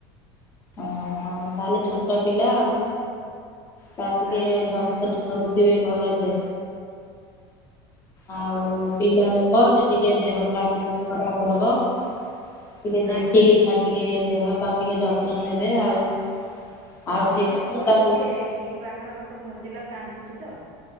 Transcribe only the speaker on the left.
ଓହୋ ତାହେଲେ ଛୋଟ ପିଲା ଆଉ। ତା ଟିକେ
ଯତ୍ନ
ହଉଥିବେ ଭଲସେ ଆଉ ପିଲା ଲୋକ ସେ ଟିକେ ଦେହ ଟା ଟିକେ ଖରାପ ହବ ଟିକେ ଦେଖିକି
ତା ଟିକେ ଦେହ ପାଖ ଟିକେ ଯତ୍ନ ନେବେ ଆଉ ଆଉ
ସିଏ
କଣ
ତାକୁ